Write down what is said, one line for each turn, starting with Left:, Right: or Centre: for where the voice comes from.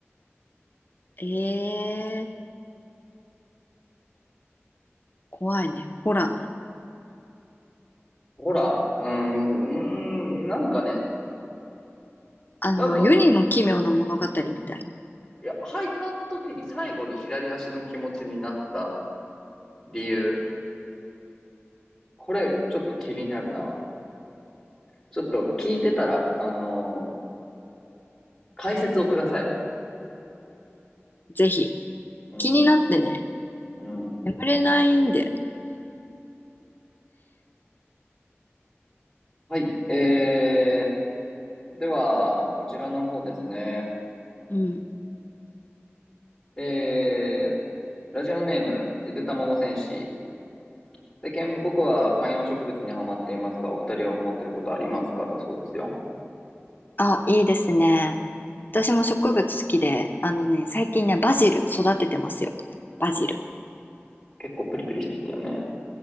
Left: えー、怖いね。ホラーだね。
Centre: ほら、うーん、うーんなんかね、
Left: あの、
Centre: なんか、
Left: 世にも奇妙な物語みたいな。
Centre: いや、履いた時に最後に左足の気持ちになった理由、これちょっと気になるな。ちょっと聞いてたら、あのー解説をください。
Left: ぜひ。
Centre: うん、
Left: 気になってね。
Centre: うん。
Left: 眠れないんで。
Centre: はい。えー、では、こちらの方ですね。
Left: うん。
Centre: えー、ラジオネーム、ゆでたまご戦士。最近僕は観葉植物にはまっていますが、お二人はハマってることありますかだそうですよ。
Left: あ、いいですね。私も植物好きで、あのね、最近ね、バジル育ててますよ。バジル。
Centre: 結構プリプリしてきたよね。